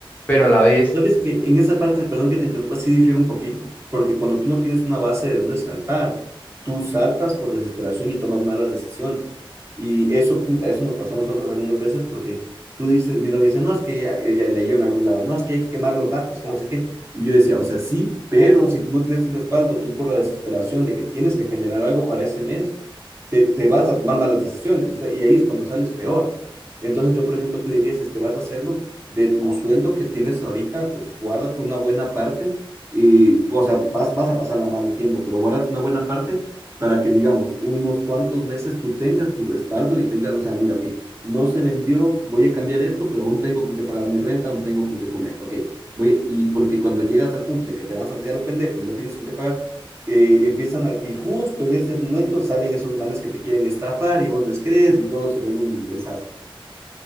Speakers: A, on the left (about 20°); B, on the right (about 30°).
A: Pero a la vez,
B: Sabes que en esa parte, perdón que te interrumpa, sí difiere un poquito, porque cuando tú no tienes una base de dónde saltar, tú saltas por desesperación y tomas malas decisiones. Y eso, puta, eso nos pasó a nosotros algunas veces porque tú dices, mi novia decía, no, es que ella, ella leyó en algún lado, no, es que hay que quemar los barcos, que no sé qué. Y yo decía, o sea, sí, pero si tú no tienes un respaldo, tú por la desesperación de que tienes que generar algo para ese mes, te, te vas a tomar malas decisiones, o sea, y ahí es cuando sales peor. Entonces yo, por ejemplo, te diría, si es que vas a hacerlo, de tu sueldo que tienes ahorita, pues guárdate una buena parte y, o sea, vas, vas a pasarla mal un tiempo, pero guárdate una buena parte para que, digamos, unos cuantos meses tú tengas tu respaldo y tengas, o sea, mira, ok, no se vendió, voy a cambiar esto, pero aún tengo con qué pagar mi renta, aún tengo con qué comer, ok, voy, y porque cuando llegas al punto de que te lanzas hacia lo pendejo y no tienes con qué pagar, eh, empiezan a- y justo en ese momento salen esos hermanos que te quieren estafar y vos les crees y todo se vuelve un desastre.